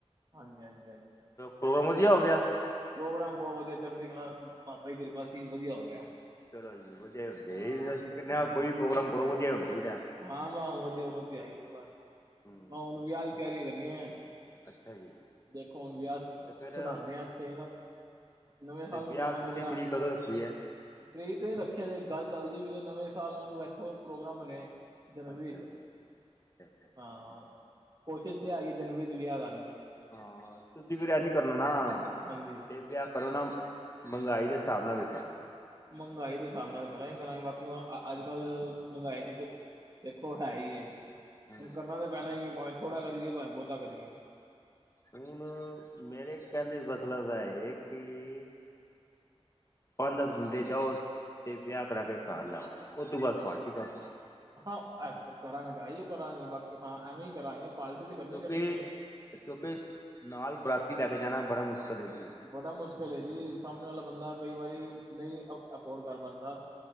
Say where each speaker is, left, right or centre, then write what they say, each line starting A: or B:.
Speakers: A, on the right; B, on the left.
A: ਹਾਂਜੀ ਹਾਂਜੀ ਹਾਂਜੀ
B: ਪ੍ਰੋਗਰਾਮ ਵਧੀਆ
A: ਹੋਰ
B: ਹੋ ਗਿਆ
A: ਪ੍ਰੋਗਰਾਮ ਬਹੁਤ ਵਧੀਆ ਚੜ੍ਹਦੀ ਕਲਾ ਬਾਬਾ ਦੀ ਕਿਰਪਾ ਸੀ ਵਧੀਆ ਹੋ ਗਿਆ
B: ਚਲੋ ਜੀ ਵਧੀਆ ਹੋਣ
A: ਹਾਂ
B: ਚ
A: ਹਾਂਜੀ
B: ਕੋਈ ਪ੍ਰੋਗਰਾਮ ਕਰੋ ਵਧੀਆ ਹੋਣਾ ਚਾਹੀਦਾ
A: ਹਾਂ ਮੈਂ ਵਧੀਆ ਆਈ ਬਸ
B: ਹੂੰ
A: ਮੈਂ ਹੁਣ ਵਿਆਹ ਤਿਆਰੀ ਕਰਨੀ ਆ
B: ਅੱਛਾ ਜੀ
A: ਦੇਖੋ ਹੁਣ ਵੀਆਹ
B: ਤੇ ਫਿਰ
A: ਸਧਾਉਂਦੇ ਹਾਂ ਇੱਥੇ ਨਵੇਂ ਸਾਲ
B: ਤੇ
A: ਨੂੰ ਕਰਾਵਾਂਗੇ
B: ਵਿਊਹ ਦੀ
A: ਵਿਆਹ
B: ਤਰੀਕ ਕਦੋਂ ਰੱਖੀ ਹੈ
A: ਤੀਹ ਤੇ ਰੱਖਿਆ ਜ ਗੱਲ ਚੱਲਦੀ ਵੀਈ ਹੈ ਨਵੇਂ ਸਾਲ ਨੂੰ ਵੇਖੋ ਪ੍ਰੋਗਰਾਮ ਬਨਿਆ ਜਨਵਰੀ
B: ਅੱਛਾ
A: ਚ
B: ਅੱਛਾ
A: ਹਾਂ ਕੋਸ਼ਿਸ਼ ਤੇ ਹੈਗੀ ਜਨਵਰੀ ਚ ਵਿਆਹ ਕਰ ਲਈ ਹੈ।
B: ਹਾਂ ਤੁਸੀਂ ਬਰਿਆਨੀ ਕਰਨਾ ਨਾ ਤੇ
A: ਹਾਂਜੀ
B: ਵਿ ਪਰ ਉਹਨਾਂ ਮਹਿੰਗਾਈ ਦੇ ਸਾਵਨਾ ਵੀ ਕਰਨਾ
A: ਮਹਿੰਗਾਈ ਦੇ ਹਿਸਾਬ ਨਾਲ ਕਰਾਂਗੇ ਕਰਾਂਗੇ ਬਾਕੀ ਹੁਣ ਅੱਜ ਕੱਲ੍ਹ ਮਹਿੰਗਾਈ ਦੀ ਦੇਖੋ ਹੈ ਹੀ ਹੁਣ
B: ਹੂੰ
A: ਕਰਨਾ ਤਾਂ ਪੈਣਾ ਹੀ ਹੈ ਭਾਵੇਂ ਥੋੜਾ ਕਰੀਏ ਭਾਵੇਂ ਬਹੁਤਾ ਕਰੀਏ
B: ਹੁਣ ਮੇਰੇ ਕਹਿਣ ਦੇ ਮਤਲਬ ਹੈ ਇਹ ਕਿ ਪੰਜ ਦਸ ਬੰਦੇ ਜਾਓ ਤੇ ਵਿਆਹ ਕਰਾ ਕੇ ਘਰ ਲਾਓ ਉਤੋ ਬਾਦ ਘਰ ਪਾਰਟੀ ਕਰਲੋ
A: ਹਾਂ ਕਰਾਂਗੇ ਤਾਂ ਆਈਓ ਕਰਾਂਗੇ ਬਾਕੀ ਹਾਂ ਐਵੇਂ ਹੀ ਕਰਾਂਗੇ ਪਾਲਟੀ ਤੇ ਕਰਨੀ
B: ਕਿਉਂਕਿ
A: ਕਰਨੀ ਹੈ।
B: ਕਿਉਂਕਿ ਨਾਲ ਬਰਾਤੀ ਲੈ ਕੇ ਜਾਣਾ ਬੜਾ ਮੁਸ਼ਕਿਲ ਹੈ ਜੀ।
A: ਬੜਾ ਮੁਸ਼ਕਿਲ ਹੈ ਜੀ ਸਾਹਮਣੇ ਵਾਲਾ ਬੰਦਾ ਕਈ ਵਾਰੀ ਨਹੀਂ ਅਫੋਰਡ ਕਰ ਪਾਉਂਦਾ